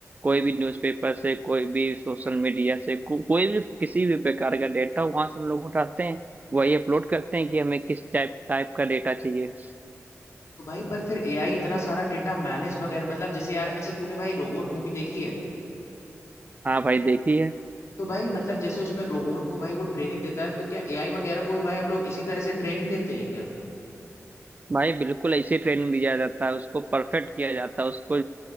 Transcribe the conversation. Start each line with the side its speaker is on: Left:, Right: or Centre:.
Right: कोई भी न्यूज़पेपर से कोई भी सोशल मीडिया से को, कोई भी किसी भी प्रकार का डेटा वहां से हम लोग उठाते हैं वही अपलोड करते हैं कि हमें किस टाइप टाइप का डेटा चाहिए
Left: तो भाई पर फिर एआई इतना सारा डेटा मैनेज वगैरह मतलब जैसे यार अच्छा तूने भाई रोबोट मूवी देखी है
Right: हाँ भाई देखिए
Left: तो भाई मतलब जैसे उसमें रोबोट को भाई वो ट्रेनिंग देता है तो क्या एआई वगैरह को भी भाई हम लोग इसी तरह से ट्रेनिंग देते हैं क्या
Right: भाई बिल्कुल ऐसे ट्रेनिंग दिया जाता है उसको परफेक्ट किया जाता है उसको